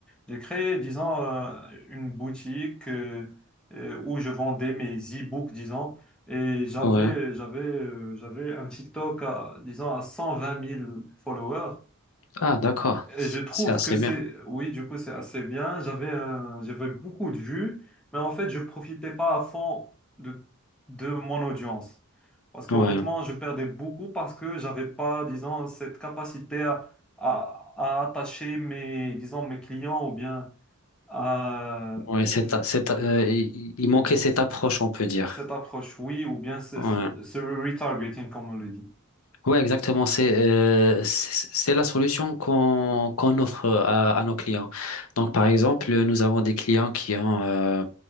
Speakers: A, in the centre; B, on the left.
A: j'ai créé, disons, euh, une boutique euh, euh, où je vendais mes e-books, disons. Et j'avais,
B: Ouais.
A: j'avais, euh, j'avais un TikTok à, disons, à 120 000 followers.
B: Ah, d'accord.
A: Et
B: C'est
A: je trouve
B: c'est assez
A: que c'est,
B: bien.
A: oui, du coup, c'est assez bien. J'avais un- j'avais beaucoup de vues, mais en fait, je profitais pas à fond de, de mon audience. Parce qu'honnêtement,
B: Ouais.
A: je perdais beaucoup parce que j'avais pas, disons, cette capacité à, à, à attacher mes, disons, mes clients ou bien à
B: Ouais,
A: de-
B: cette, cette,
A: de-
B: euh, il il manquait cette approche, on peut dire.
A: cette approche, oui, ou bien ce,
B: Ouais.
A: ce- ce retargeting, comme on le dit.
B: Ouais, exactement. C'est euh, c'est c'est la solution qu'on qu'on offre à, à nos clients. Donc, par exemple, nous avons des clients qui ont euh,